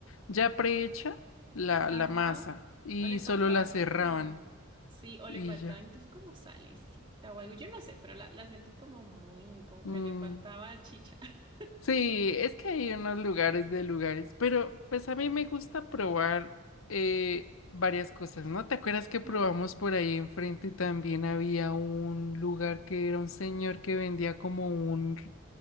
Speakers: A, on the left; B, on the right.
A: ya prehecha la,
B: Ajá.
A: la masa y
B: O le
A: solo
B: faltaba
A: la cerraban.
B: como, sí, o
A: Y
B: le faltaba
A: ya.
B: incluso como salecita o algo, yo no sé, pero la, la sentí como muy, como
A: Mm,
B: que le faltaba chicha. <laughs>
A: Sí, es que hay unos lugares de lugares, pero pues a mí me gusta probar eh, varias cosas, ¿no? ¿Te acuerdas que probamos
B: Hmm.
A: por ahí enfrente también había un lugar que era un señor que vendía como un, r-